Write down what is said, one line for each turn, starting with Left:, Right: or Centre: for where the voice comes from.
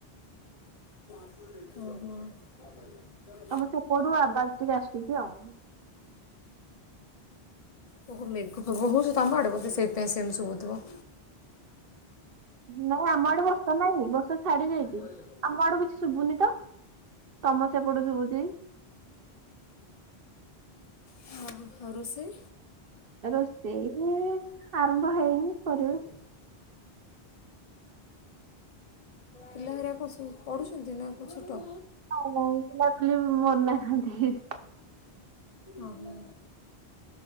Left: ଓ ହୋ। <unintelligible>
Right: ତମ ସେପଟୁ ଆବାଜ ଟିକେ ଆସୁଛି ଆଉ।
Left: ଓ ହୋ ମେଘ ଫେଘ ହଉଛି ତମେ ଆଡେ ବୋଧେ ସେଇଥିପାଇଁ ସେମିତି ଶୁଭୁଥିବ।
Right: ନାଇଁ ଆମ ଆଡେ ବର୍ଷା ନାହିଁ ବର୍ଷା ଛାଡି ଯାଇଛି।
Left: <unintelligible>
Right: ଆମ ଆଡୁ କିଛି ଶୁଭୁନି ତ ତମ ସେପଟୁ ଶୁଭୁଛି।
Left: ହଁ ଓ ଆଉ ରୋଷେଇ?
Right: ରୋଷେଇ ଆରମ୍ଭ ହେଇନି କରିବା।
Left: <unintelligible> ପିଲାଘଆ ପଢୁଛନ୍ତି ନା ଛୋଟ
Right: ହଁ ପିଲାପୁଲିି ମର ନାହନ୍ତି
Left: ଓହୋ